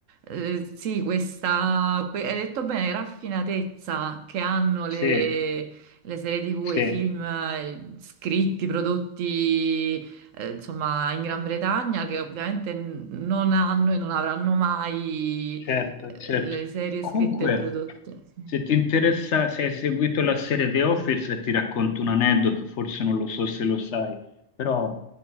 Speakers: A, on the right; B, on the left.
A: eh, sì, questa, que- hai detto bene, raffinatezza che hanno le,
B: sì,
A: le serie TV,
B: sì.
A: e i film eh, scritti, prodotti, eh, insomma, in Gran Bretagna, che ovviamente n- non hanno e non avranno mai,
B: Certo,
A: eh,
B: certo.
A: le serie
B: Comunque,
A: scritte e prodotte. Sì.
B: se ti interessa, se hai seguito la serie The Office, ti racconto un aneddoto, forse non lo so se lo sai, però